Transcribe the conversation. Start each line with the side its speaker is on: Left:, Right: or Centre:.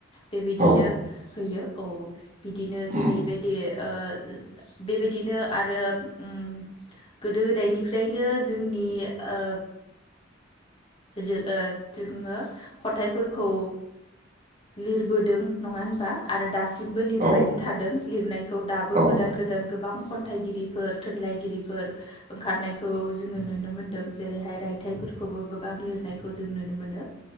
Left: बेबायदिनो
Right: औ
Left: होयो औ बिदिनो
Right: उम
Left: जेरैबायदि ओ बेबायदिनो आरो उम गोदो गोदायनिफ्रायनो जोंनि ओ जो ओ जोङो खन्थाइफोरखौ लिर बोदों नङा होनबा आरो दासिमबो लिरबायनो
Right: औ
Left: थादों लिरनायखौ दाबो
Right: औ
Left: गोदान गोदान गोबां खन्थाइगिरिफोर थुनलाइगिरिफोर ओंखारनायखौ जोङो नुनो मोनदों जेरैहाय रा आायथाइफोरखौबो गोबां लिरनायखौ जों नुनो मोनो